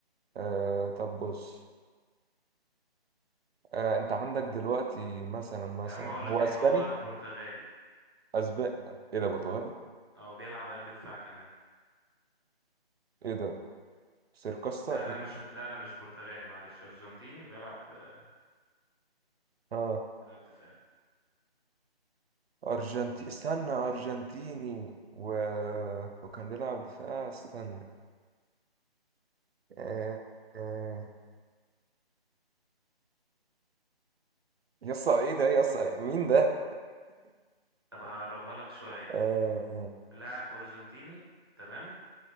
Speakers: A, on the right; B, on the right.
A: آه... طب بص آه... انت عندك دلوقتي مثلا مثلا
B: يا عم اقول
A: هو
B: لك ان
A: اسباني
B: هو برتغالي
A: اسباني ايه ده برتغالي
B: او بيلعب قلب دفاع كمان
A: ايه ده سيركاستا
B: لا لا مش لا لا مش برتغالي معلش ارجنتيني بيلعب آه،
A: اه
B: بيلعب دفاع
A: أرجنتي استنى أرجنتيني و... وكان بيلعب دفاع استنى آه، آه، يسا ايه ده يسا مين ده
B: طب هقربها لك شويه
A: <laughs> آه،
B: لاعب ارجنتيني تمام